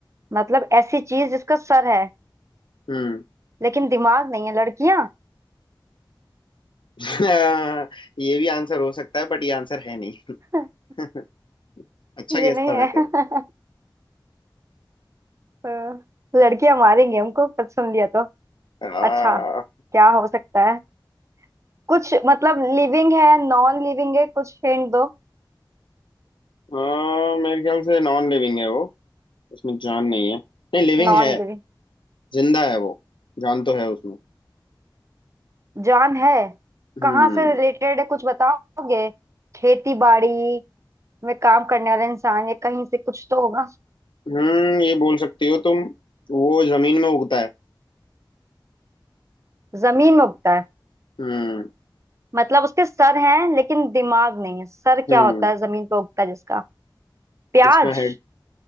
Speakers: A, on the right; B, on the left.
A: मतलब ऐसी चीज जिसका सर है
B: हम्म
A: लेकिन दिमाग नहीं है लड़कियां
B: <laughs> ये भी आंसर हो सकता है बट ये आंसर है नहीं
A: <laughs>
B: <laughs> अच्छा
A: ये
B: गेस
A: नहीं
B: था वैसे
A: है <laughs> हाँ, लड़कियां मारेंगे हमको पर सुन लिया तो
B: आ,
A: अच्छा क्या हो सकता है कुछ मतलब लिविंग है नॉन लिविंग है कुछ हिंट दो
B: हाँ मेरे ख्याल से नॉन लिविंग है वो उसमें जान नहीं है नहीं लिविंग
A: Non
B: है
A: living
B: जिंदा है वो जान तो है उसमें
A: जान है
B: हम्म
A: कहाँ से रिलेटेड है कुछ बताओगे खेती बाड़ी में काम करने वाला इंसान या कहीं से कुछ तो होगा
B: हम्म ये बोल सकती हो तुम वो जमीन में उगता है
A: जमीन में उगता है
B: हम्म
A: मतलब उसके सर हैं लेकिन दिमाग नहीं है सर क्या
B: हम्म
A: होता है जमीन पे उगता है जिसका प्याज
B: किसका हेड